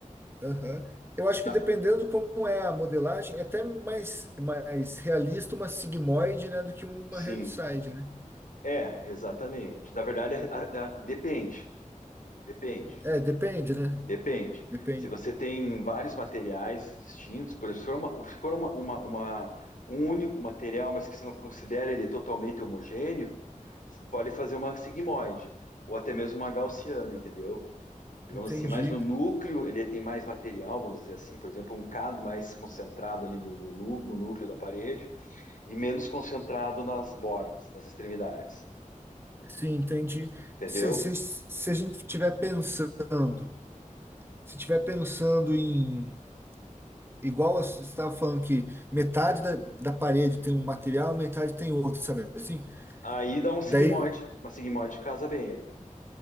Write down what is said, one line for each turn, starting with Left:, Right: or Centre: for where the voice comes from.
Right: Aham. Eu acho
Left: Dá-
Right: que dependendo de como é a modelagem, é até mais, mais realista uma sigmoide, né, do que uma
Left: Sim.
Right: heaviside, né?
Left: É, exatamente. Na verdade, a- a- a- depende. Depende.
Right: É, depende, né?
Left: Depende.
Right: Depende.
Left: Se você tem vários materiais distintos, por exemplo, se for, uma, se for uma- uma- uma- um único material, mas que você não considera ele totalmente homogêneo, você pode fazer uma sigmoide, ou até mesmo uma gaussiana, entendeu? Digamos
Right: Entendi.
Left: assim, mas no núcleo ele tem mais material, vamos dizer assim, por exemplo, um cado mais concentrado ali no, no nu- no núcleo da parede e menos concentrado nas bordas, nas extremidades,
Right: Sim, entendi.
Left: entendeu?
Right: Se, se, se a gente estiver pensando, se estiver pensando em, igual você estava falando que metade da, da parede tem um material, metade tem outro, sabe assim?
Left: Aí dá um sigmoide,
Right: Daí
Left: uma sigmoide casa bem aí,